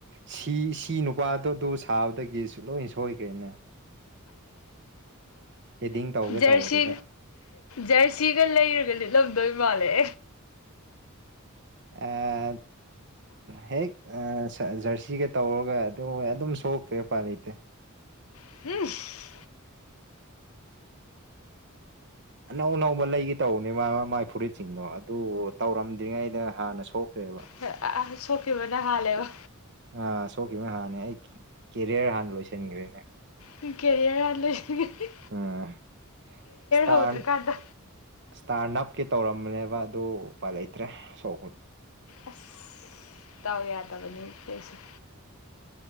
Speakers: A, on the right; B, on the left.
A: ꯁꯤ ꯁꯤ ꯅꯨꯄꯥꯗꯣ ꯑꯗꯨ ꯁꯥꯕꯗꯒꯤꯁꯨ ꯂꯣꯏꯟ ꯁꯣꯏꯈ꯭ꯔꯦꯅꯦ ꯍꯦꯗꯤꯡ ꯇꯧꯒꯦ
B: ꯖꯔꯁꯤ
A: ꯇꯧꯕꯗꯨꯗ
B: ꯖꯔꯁꯤꯒ ꯂꯩꯔꯒ ꯂꯤꯠꯂꯝꯗꯣꯏ ꯃꯥꯜꯂꯦ
A: ꯑꯥ ꯍꯦꯛ ꯑ ꯁ ꯖꯔꯁꯤꯒ ꯇꯧꯔꯒ ꯑꯗꯨ ꯑꯗꯨꯝ ꯁꯣꯛꯈ꯭ꯔꯦ ꯎꯄꯥꯏ ꯂꯩꯇꯦ
B: <unintelligible>
A: ꯑꯅꯧ ꯑꯅꯧꯕ ꯂꯩꯒꯦ ꯇꯧꯕꯅꯦ ꯃꯥ ꯃꯥꯏ ꯐꯨꯔꯤꯠ ꯁꯤꯡꯗꯣ ꯑꯗꯨ ꯇꯧꯔꯝꯗ꯭ꯔꯤꯉꯩꯗ ꯍꯥꯟꯅ ꯁꯣꯛꯈ꯭ꯔꯦꯕ
B: ꯍ ꯑ ꯁꯣꯛꯈꯤꯕꯅ ꯍꯥꯜꯂꯦꯕ
A: ꯑ ꯁꯣꯛꯈꯤꯕꯅ ꯍꯥꯟꯅꯦ ꯑꯩ ꯀ‌ꯦ ꯀꯦꯔꯤꯌꯔ ꯍꯥꯟꯅ ꯂꯣꯏꯁꯤꯟꯈ꯭ꯔꯦꯅꯦ
B: ꯀ ꯀꯦꯔꯤꯌꯔ ꯍꯥꯟꯅ ꯂꯣꯏꯁꯟ <unintelligible>
A: ꯑꯝ ꯏꯁꯇꯥꯟ
B: ꯍꯧꯗ꯭ꯔꯤꯀꯥꯟꯗ
A: ꯏꯁꯇꯥꯔ ꯅꯞꯀꯤ ꯇꯧꯔꯝꯕꯅꯦꯕ ꯑꯗꯨ ꯎꯄꯥꯏ ꯂꯩꯇ꯭ꯔꯦ ꯁꯣꯛ
B: ꯑꯁ ꯗꯥꯎ ꯌꯥꯗꯕꯅꯤ ꯇꯧꯏꯁ‌ꯦ